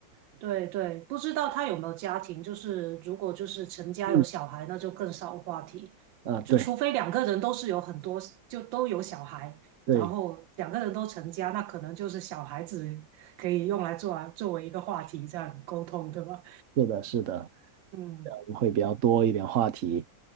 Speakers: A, on the right; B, on the right.
A: 对对，不知道他有没有家庭，就是如果就是成家有小孩，
B: 嗯，
A: 那就更少话题，
B: 啊，
A: 就除非两个人都是有很多，
B: 对
A: 就都有小孩，
B: 对，
A: 然后两个人都成家，那可能就是小孩子可以用来做啊，作为一个话题这样沟通，对吧？
B: 是的，是的，
A: 嗯
B: 这样会比较多一点话题。